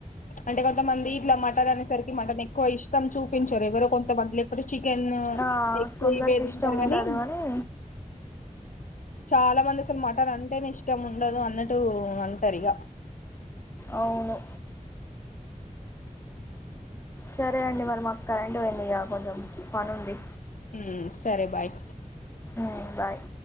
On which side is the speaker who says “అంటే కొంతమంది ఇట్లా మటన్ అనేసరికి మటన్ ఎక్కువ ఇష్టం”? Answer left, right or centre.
Left